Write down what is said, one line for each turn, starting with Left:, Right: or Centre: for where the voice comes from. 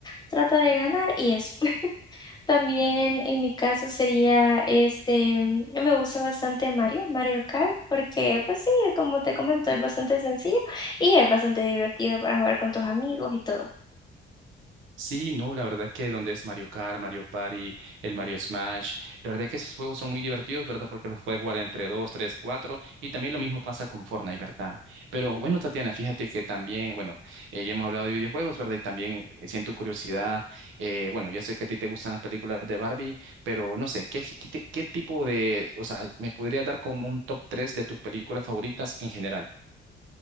Left: trata de ganar y eso. <laughs> También en mi caso sería este, mm, me gusta bastante Mario, Mario Kart, porque pues sí, como te comento, es bastante sencillo y es bastante divertido para jugar con tus amigos y todo.
Right: Sí, no, la verdad que donde es Mario Kart, Mario Party, el Mario Smash, la verdad que esos juegos son muy divertidos, ¿verdad? Porque los puedes jugar entre dos, tres, cuatro, y también lo mismo pasa con Fortnite, ¿verdad? Pero bueno, Tatiana, fíjate que también, bueno, eh, ya hemos hablado de videojuegos, ¿verdad? Y también eh, siento curiosidad, eh, bueno, yo sé que a ti te gustan las películas de Barbie, pero no sé, ¿qué, qué, te- qué tipo de, o sea, me podría dar como un top tres de tus películas favoritas en general?